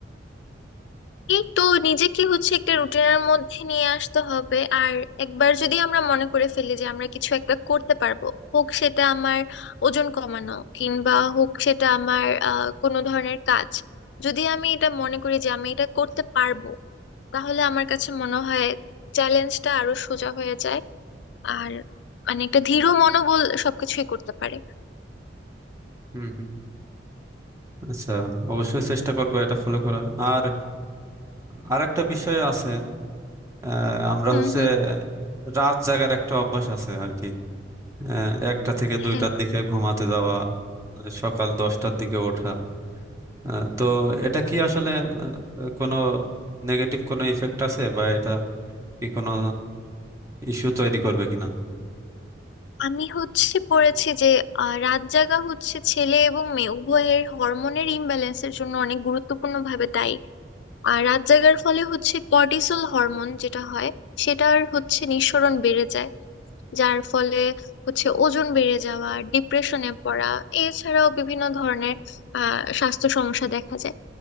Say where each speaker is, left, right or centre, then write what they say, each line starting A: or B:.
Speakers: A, on the left; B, on the right.
A: এই তো নিজেকে হচ্ছে একটা রুটিনের মধ্যে নিয়ে আসতে হবে আর একবার যদি আমরা মনে করে ফেলি যে আমরা কিছু একটা করতে পারবো হোক সেটা আমার ওজন কমানো কিংবা হোক সেটা আমার আহ কোনো ধরনের কাজ যদি আমি এটা মনে করি যে আমি এটা করতে পারবো তাহলে আমার কাছে মনে হয় চ্যালেঞ্জটা আরো সোজা হয়ে যায় আর মানে একটা দৃঢ় মনোবল সবকিছুই করতে পারে
B: হুম হুম হুম। আচ্ছা অবশ্যই চেষ্টা করবো এটা ফলো করার আর আর একটা বিষয় আছে আহ, আমরা
A: হুম
B: হচ্ছে
A: হুম
B: রাত জাগার একটা অভ্যাস আছে আর কি আহ, একটা থেকে দুইটার
A: হ্যাঁ
B: দিকে ঘুমাতে যাওয়া আহ, সকাল দশটার দিকে ওঠা আহ, তো এটা কি আসলে আহ, কোনো নেগেটিভ কোনো ইফেক্ট আছে বা এটা কি কোনো ইস্যু তৈরি করবে কিনা
A: আমি হচ্ছে পড়েছি যে আহ, রাত জাগা হচ্ছে ছেলে এবং মেয়ে উভয়ের হরমোনের ইমব্যালেন্সের জন্য অনেক গুরুত্বপূর্ণ ভাবে দায়ী আর রাত জাগার ফলে হচ্ছে কর্টিসল হরমোন যেটা হয় সেটার হচ্ছে নিঃসরণ বেড়ে যায় যার ফলে হচ্ছে ওজন বেড়ে যাওয়া ডিপ্রেশনে পড়া এছাড়াও বিভিন্ন ধরনের আহ স্বাস্থ্য সমস্যা দেখা যায়